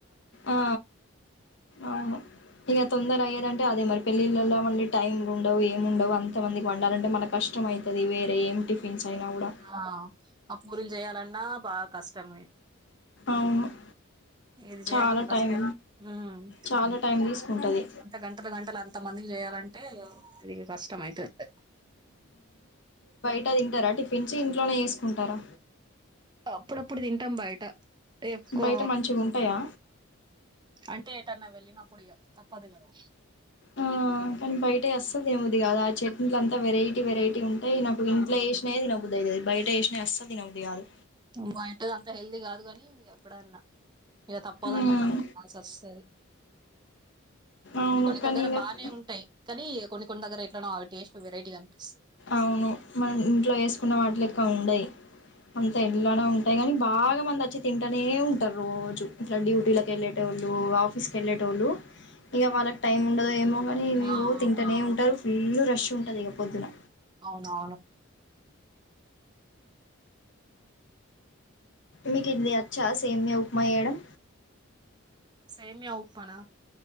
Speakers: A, on the left; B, on the right.
A: ఆ అవును ఇక తొందర అయ్యేదంటే అదే మరి పెళ్ళిళ్ళలో మళ్ళీ టైమ్లు ఉండవు ఏం ఉండవు అంత మందికి వండాలంటే మనకి కష్టం అవుతుంది వేరే ఏం టిఫిన్స్ అయినా కూడా
B: ఆ ఆ పూరిం చేయాలండి నా బా కష్టమే
A: అవును
B: ఇది చేయాలన్నా
A: చాలా
B: కష్టం
A: టైం
B: ఉమ్
A: చాలా టైం తీసుకుంటది
B: అంత గంటలు గంటలు అంత మందికి చేయాలంటే ఇది కష్టం అవుతుంది
A: టా తింటారా టిఫిన్స్ ఇంలోనే వేసుకుంటారా
B: అప్పుడప్పుడు తింటాం బయట ఎక్కువ
A: బయట మంచిగా ఉంటాయా
B: అంటే ఏటన్నా వెళ్ళినప్పుడు ఇక తప్పదు కదా
A: ఉమ్ కానీ బయట అసలు దేముది కాదా ఆ చట్నీలు అంతా వెరైటీ వెరైటీ ఉంటాయి నాకు ఇంట్లో వేసినాయి బుధియతధి బయట షనిసస్తాది అసల్ తినబుధి కాధు
B: ఉమ్ బేటది అంత హెల్తీ కాదు కాని ఎప్పుడన్నా ఇక తప్పదన్నప్పుడుసి
A: మ్మ్
B: వస్తుంది కొన్ని
A: అవును
B: కొన్ని దగ్గర
A: కానీ ఇగ
B: బానే ఉంటాయి కానీ కొన్ని కొన్ని దగ్గర ఎట్లానో అవి టేస్ట్ వెరైటీ ఆనిపిస్తుంది
A: అవును మనం ఇంట్లో వేసుకున్న వాటిలు క్క ఉండయి అంత ఎళ్లానే ఉంటాయి కాని బాగా మంది వచ్చి తింటూనే ఉంటారు రోజు ఇట్లా డ్యూటీలకి వెళ్ళేట వాళ్ళు ఆఫీస్కి వెళ్ళేట వాళ్ళు ఇంక వాళ్ళకి టైమ్ ఉండదుో ఏమో కానీ ఏవెవో
B: ఆ అవును
A: తింటూనే ఉంటారు ఫుల్ రష్ ఉంటుంది ఇక పొద్దున
B: అవునవును
A: మీకు ఇది అచ్చా సేమ్య ఉప్మా వేయడం
B: సేమ ఉఊప్పనా